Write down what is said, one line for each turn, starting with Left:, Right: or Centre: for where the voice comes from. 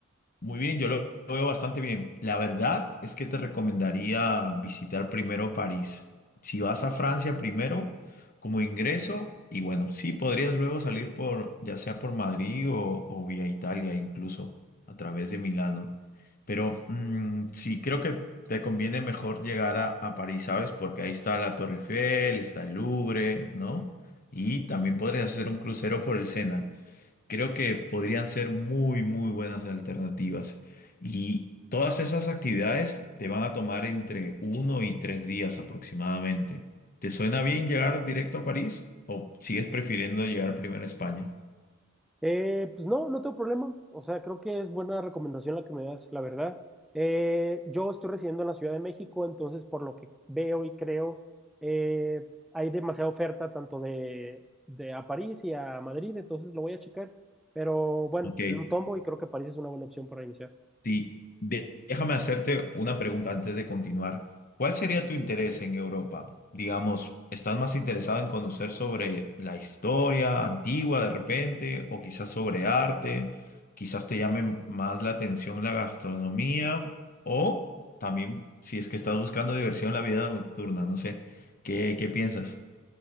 Left: Muy bien, yo lo lo veo bastante bien. La verdad es que te recomendaría visitar primero París. Si vas a Francia primero como ingreso, y bueno, sí, podrías luego salir por, ya sea por Madrid o, o vía Italia, incluso a través de Milano. Pero mm, sí, creo que te conviene mejor llegar a, a París, ¿sabes? Porque ahí está la Torre Eiffel, está el Louvre, ¿no? Y también podrías hacer un crucero por el Sena. Creo que podrían ser muy, muy buenas alternativas. Y todas esas actividades te van a tomar entre uno y tres días aproximadamente. ¿Te suena bien llegar directo a París o sigues prefiriendo llegar primero a España?
Centre: Eh, pues no, no tengo problema. O sea, creo que es buena recomendación la que me das, la verdad. Eh, yo estoy residiendo en la Ciudad de México, entonces por lo que veo y creo, eh, hay demasiada oferta tanto de, de a París y a Madrid, entonces lo voy a checar. Pero bueno,
Left: Ok.
Centre: lo tomo y creo que París es una buena opción para iniciar.
Left: Sí, de- déjame hacerte una pregunta antes de continuar. ¿Cuál sería tu interés en Europa? Digamos, ¿estás más interesado en conocer sobre la historia antigua de repente o quizás sobre arte? Quizás te llame más la atención la gastronomía o también si es que estás buscando diversión en la vida nocturna, no sé. ¿Qué, qué piensas?